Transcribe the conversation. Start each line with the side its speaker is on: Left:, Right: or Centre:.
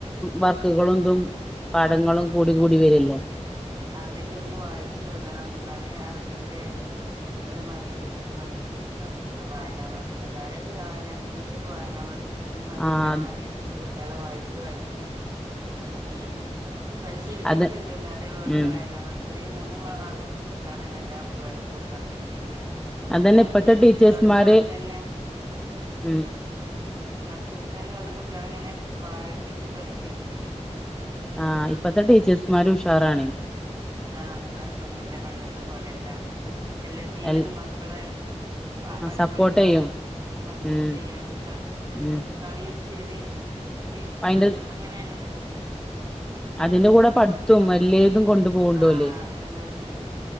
Centre: വർക്കുകളുണ്ട് പാഠങ്ങളും കൂടി കൂടി വരിയല്ലേ
Right: അറബിക്കൊന്ന് വായിച്ചു വിടണം എന്നാലേ അറബിന്റെ ഒരു മത്സരത്തിന് പങ്കെടുപ്പിക്കാനും വായനാ മത്സരം കാര്യായിട്ട് വായന ഇംഗ്ലീഷൊക്കെ വായനാ മത്സരം ന് പങ്കെടുപ്പിക്കാൻ
Centre: ആഹ്
Right: എന്നും കുട്ട്യോളെ വായിച്ച് വായിച്ച് അങ്ങനെ പരിശീലിപ്പിക്ക്ണ്ട്
Centre: അത്
Right: ഇന്ന ഓല്
Centre: ഉം
Right: വായന മാസ ചെറ്യേ മൂന്നും ക്ലാ നാലും കുട്യോളേണ് എല്ലാ പരിവാടിക്കും ഓല് പങ്കെടുപ്പി ച്ച
Centre: അതന്നെ
Right: അപ്പോല്
Centre: ഇപ്പത്തെ ടീച്ചേഴ്സ്മാര്
Right: തൊടക്കത്ത് തന്നെ
Centre: ഉം
Right: തൊടക്കത്ത് തന്നെ ഓല് കുട്ട്യോളങ്ങനെ വായിപ്പിച്ച് പരിശീലിപ്പിക്കാണ്.
Centre: ആഹ് ഇപ്പത്തെ ടീച്ചേഴ്സമാരു ഉഷാറാണേ.
Right: ഉഷാറാണ് കൊയപ്പൊന്നുല്ല്യ പണ്ടത്തെ പോലെയല്ല എല്ലാത്തിനും
Centre: എൽ
Right: മക്കളെ ആ പഠിപ്പിക്കാനും
Centre: സപ്പോർട്ട് ചെയ്യും
Right: സപ്പോർട്ടിയ്യാനും
Centre: ഉം
Right: കളി
Centre: ഉം
Right: കളി ചിരിം വി
Centre: അയിന്റെ
Right: അങ്ങനേണ്.
Centre: അതിന്റെ കൂടെ പഠിത്തും അല്ലേ തും കൊണ്ട് പോണ്ട്
Right: ആഹ്
Centre: ഓല്
Right: എല്ലോതും ഉണ്ട്